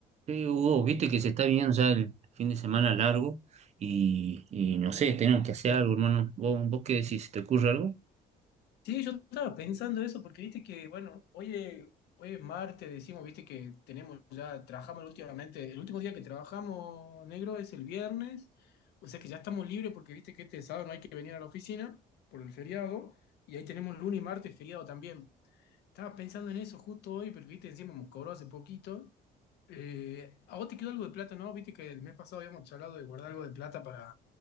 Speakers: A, on the right; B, on the left.
A: Sí, Hugo, viste que se está viendo ya el fin de semana largo y, y no sé, tenemos que hacer algo, hermano. ¿Vos, vos qué decís? ¿Se ¿Te ocurre algo?
B: Sí, yo estaba pensando eso porque viste que, bueno, hoy es, hoy es martes, decimos, viste que tenemos ya, trabajamos últimamente, el último día que trabajamos negro es el viernes, o sea que ya estamos libres porque viste que este sábado no hay que venir a la oficina por el feriado, y ahí tenemos lunes y martes feriado también. Estaba pensando en eso justo hoy, porque viste, encima hemos cobrado hace poquito. Eh, ¿a vos te quedó algo de plata, no? Viste que el mes pasado habíamos charlado de guardar algo de plata para,